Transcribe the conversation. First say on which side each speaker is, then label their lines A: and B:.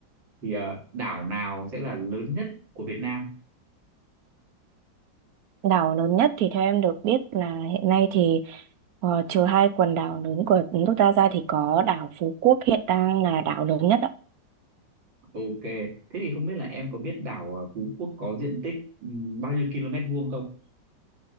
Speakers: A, on the right (about 80°); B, on the right (about 65°).
A: thì ờ, đảo nào sẽ là lớn nhất của Việt Nam
B: Đảo lớn nhất thì theo em được biết là hiện nay thì ờ, trừ hai quần đảo lớn của nước ta ra thì có đảo Phú Quốc hiện đang là đảo lớn nhất ạ.
A: ok thế thì không biết là em có biết đảo ờ, Phú Quốc có diện tích ừm, bao nhiêu km vuông không